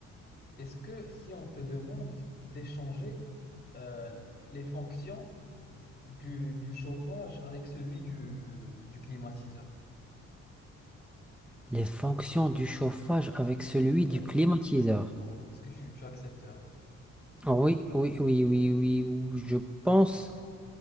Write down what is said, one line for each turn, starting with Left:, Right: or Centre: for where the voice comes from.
Left: Est-ce que si on te demande d'échanger euh, les fonctions du, du chauffage avec celui du, du climatiseur?
Centre: Les fonctions du chauffage avec celui
Left: Ouais,
Centre: du climatiseur.
Left: ouais. Est-ce que tu, tu accepterais?
Centre: Ah Oui, oui, oui, oui, oui, ou- je pense.